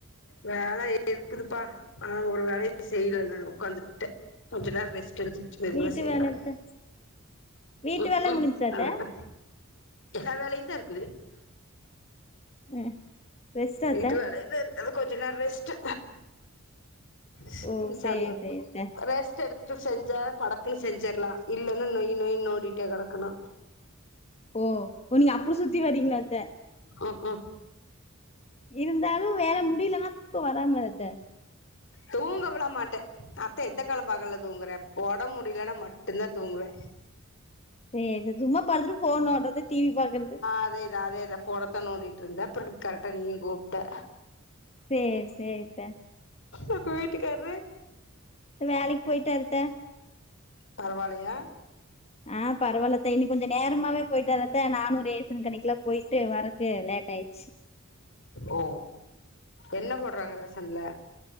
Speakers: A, on the left; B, on the left.
A: வேல இருக்குதுப்பா ஆனா ஒரு வேலயு செய்ல நானு உக்காந்துக்ட்டே கொஞ்ச நேரோ ரெஸ்ட் எடுத்துக்ட்டு மெதுவா
B: வீட்டு
A: செய்லான்
B: வேல அத்த வீட்டு
A: ம்
B: வேல
A: ம்
B: முடிஞ்ச்சா அத்த
A: அத தா எல்லா வேலையுந் தா இருக்குது
B: அ ரெஸ்ட்டா
A: வீட்டு
B: அத்த
A: வேலையில்லா இருக்குது கொஞ்ச நேரோ ரெஸ்ட்டு ச
B: ஓ
A: இது
B: சேரி
A: சன்னோ
B: சேரி அத்த
A: ரெஸ் ட் எடுத்துட்டு செஞ்சா படக்குன்னு செஞ்சிர்லா இல்லன்னா நொய்யி நொய்யினு நோன்டிட்டே கெடக்கணு
B: ஓ நீங்க அப்புடி சுத்தி வரீங்ளாத்த
A: ம் ம்
B: இருந்தாலு வேல முடியலன்னா தூக்கோ வராமலத்த
A: தூங்க வெல்ல மாட்டே அத்த எந்த காலம் பகல்ல தூங்குறே ஒடம் முடியலைன்னா மட்டுந் தா தூங்குவே
B: சேரி சும்மா படுத்துட்டு ஃபோன் நோன்றது டி வி பாக்குறது
A: அதே தா அதே தா ஃபோனத்தா நோன்டிட்ருந்தே அப்ற கரெட்டா நீயு கூப்ட்ட
B: சேர் சேரித்த
A: உங்க வீட்டுகார்ரு
B: வேலக்கி போயிட்டாருத்த
A: பரவால்லையா
B: ஆ பரவால்லத்த இன்னிக் கொஞ்ச நேரமாவே போயிட்டாரு அத்த நானு ரேசன் கடைக்கெலா போயிட்டு வர க்கு லேட்டாயிர்ச்சு
A: ஓ என்ன போட்றாங்க ரேசன்ல